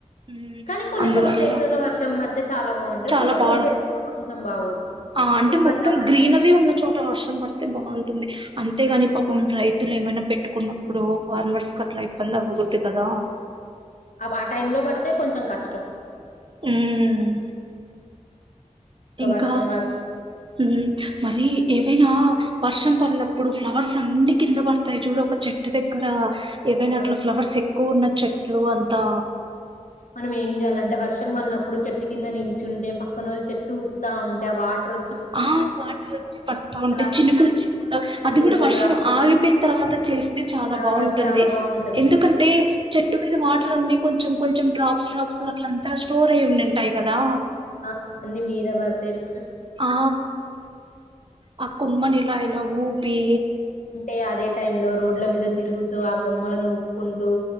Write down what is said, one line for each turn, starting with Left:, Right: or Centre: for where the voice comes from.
Right: ఉమ్,
Left: కానీ కొన్ని
Right: అందువల్ల
Left: కొన్ని ప్లేసులల్లో వర్షం పడితే చాలా బాగుంటది
Right: చాలా
Left: కొన్ని
Right: బాగుంటుంది
Left: కొన్ని ప్లేసుల్లో కొంచెం బాగోదు
Right: ఆ అంటే
Left: ఇబ్బంది
Right: మొత్తం గ్రీనరీ ఉన్న చోట వర్షం పడ్ బాగుంటుంది అంతేగాని పాపం రైతులు ఏమైనా పెట్టుకున్నప్పుడు ఫార్మర్స్ కట్లా ఇబ్బంది అవ్వకూడదు కదా
Left: అవా టైం లో పడితే కొంచెం కష్టం
Right: హుమ్ ఇంకా
Left: వర్షం పడితే
Right: హుమ్ మరి ఏవైనా వర్షం పడినప్పుడు ఫ్లవర్స్ అన్ని కింద పడతాయి చూడు ఒక చెట్టు దగ్గర ఏవైనా
Left: ఆ
Right: అట్లా ఫ్లవర్స్ ఎక్కువ ఉండొచ్చ ట్లు అంతా
Left: మనం ఏం చేయాలంటే వర్షం వన్నప్పుడు చెట్టు కింద నిల్చుంటే పక్కనొళ్ చెట్టు ఊపుతా ఉంటే ఆ వాట్రు.
Right: ఆ వాటర్ వచ్చి పడతా ఉంటే
Left: ఆ
Right: చినుకులు చినుకుంటా అది
Left: చినుకులు
Right: కూడా వర్షం
Left: కాబట్టి
Right: ఆగి పేయిన తర్వాత చేస్తే చాలా
Left: ఆ
Right: బాగుంటుంది
Left: చాలా బాగుంటది
Right: ఎందుకంటే చెట్టు మీద వాట్ రొన్ని కొంచెం కొంచెం డ్రాప్స్ డ్రాప్స్ అట్లంతా స్టోర్ అయి ఉన్నింటాయ్ గదా
Left: అ అన్ని మీద పడితేనే
Right: ఆ ఆ కొమ్మని ఇలా ఇలా ఊపి
Left: టే అదే టైం లో రోడ్ల మీద తిరుగుతూ ఆ కొమ్మలను ఊపుకుంటూ